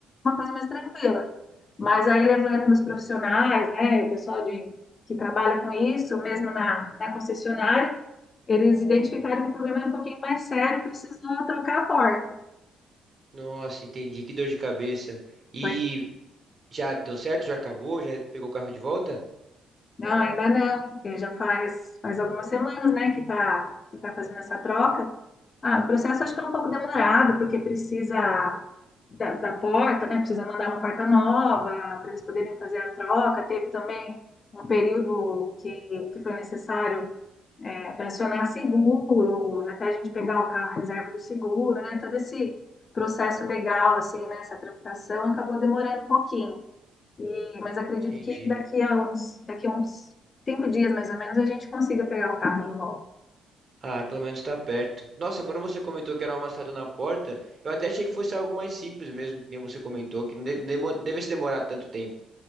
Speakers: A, on the left (about 40°); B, on the right (about 45°).
A: uma coisa mais tranquila. Mas aí, levando os profissionais, né, o pessoal de, que trabalha com isso, mesmo na, na concessionária, eles identificaram que o problema era um pouquinho mais sério, precisou trocar a porta.
B: Nossa, entendi. Que dor de cabeça. E
A: Foi
B: já deu certo? Já acabou? Já pegou o carro de volta?
A: Não, ainda não, porque já faz, faz algumas semanas, né, que tá, que tá fazendo essa troca. Ah, o processo acho que é um pouco demorado, porque precisa da, da porta, né, precisa mandar uma porta nova para eles poderem fazer a troca. Teve também um período que, que foi necessário para acionar seguro, até a gente pegar o carro à reserva do seguro, né, todo esse processo legal, assim, né, essa tramitação acabou demorando um pouquinho. E, mas acredito
B: Entendi.
A: que daqui a uns, daqui a uns cinco dias, mais ou menos, a gente consiga pegar o carro de volta.
B: Ah, pelo menos tá perto. Nossa, quando você comentou que era um amassado na porta, eu até achei que fosse algo mais simples mesmo, que nem você comentou, que não de- demo- devesse demorar tanto tempo.